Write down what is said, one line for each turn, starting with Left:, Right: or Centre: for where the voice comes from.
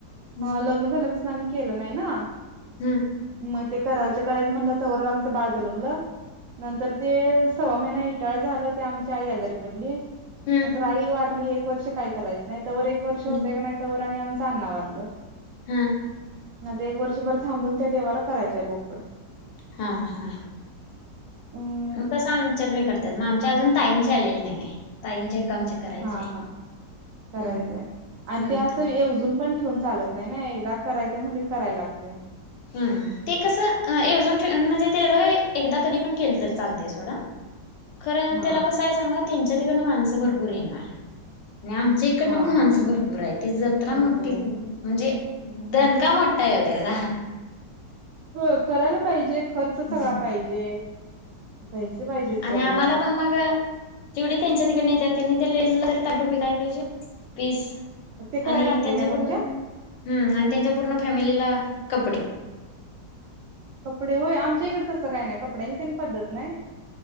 Left: हम्म
Right: ह लग्न झाल्यापासून आम्ही केलं नाही ना
Left: हम्म
Right: मग ते करायचं करायचं म्हणलं तर आमचं बाळ झालंमलं नंतर ते सव्वा महिना इटाळ झालं ते आमची आई आजारी पडली
Left: हम्म
Right: नंतर आई वारली एक वर्ष काय करायचं नाही तरवर एक वर्ष होतेय
Left: हम्म
Right: का नाही आणि आमच अ्ना भारल
Left: हमम
Right: ना ते एक वर्षभर थांबून त्या देवाला करायचंय बोपड
Left: हा हा
Right: अं
Left: मग तसं आमच्यात मी करतात मग आमच्या अजून ताईंचे आलेले नाही आहे तांचे करायचे
Right: हा हा करायचंय
Left: हम्म.
Right: आणि
Left: हम्म.
Right: ते असं अजून पण ठेवून चालत नाही ना एकदा करायचं म्हण कराय लागते
Left: हम्म ते कसंवजून ठेवून म्हणजे ते एकदा कधी पण केलं तररी चालते सोडं
Right: <inaudible>
Left: खरं
Right: हा.
Left: त्याला कसं आहे सांगा त्यांच्या तिकडन माणसं भरपूर येणार आणि आमच्या इकडनं
Right: हा
Left: पण माणसं भरपूर आहे ते जत्रा
Right: भरपूर
Left: मोठी
Right: आहे
Left: म्हणजे दनका मोठा आहे हो त्या्याचा
Right: हो करायला पाहिजे खर्च सगळा
Left: हम्म.
Right: पाहिजे पैसे पाहिजेत तेवढं
Left: आणि आम्हाला पण मग तेवढी त्यांच्या तिकडे येत क ते लेजल तर ताटोपी काय पाहिजे पीस
Right: ते करायला
Left: आणि
Right: लागते
Left: त्यांच्या
Right: काय तुमच्यात?
Left: पूर्ण हम्म आणि त्यांच्या पूर्ण फॅमिलीला कपड
Right: कपडे होय आमच्या इकडे तसं काय नाही कपड्यांची तीन पद्धत नाही